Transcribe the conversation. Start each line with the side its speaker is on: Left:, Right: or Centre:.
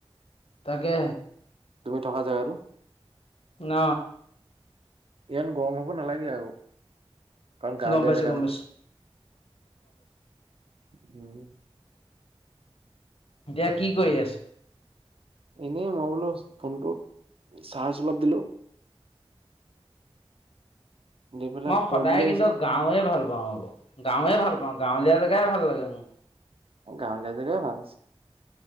Left: তাকে।
Right: তুমি থকা জেগাতো।
Left: ন।
Right: ইমান গৰম হব নালাগে আৰু। কাৰণ গাৱলীয়া
Left: গম পাইছোঁ,
Right: জেগা
Left: গম পাইছোঁ।
Right: ন।
Left: দিয়া কি কৰি আছ?
Right: এনেই মই বোলো ফোনটোত চাৰ্জ অলপ দিলো। দি পেলাই
Left: মই
Right: শু
Left: সদায়
Right: বুলি আহিছিলো
Left: কিন্তু গাঁৱে ভাল পাওঁ আকৌ, গাঁৱে ভাল পাওঁ গাঁৱলীয়া জেগাই ভাল লাগে মো।
Right: গাঁৱলীয়া জেগাই ভাল আছে।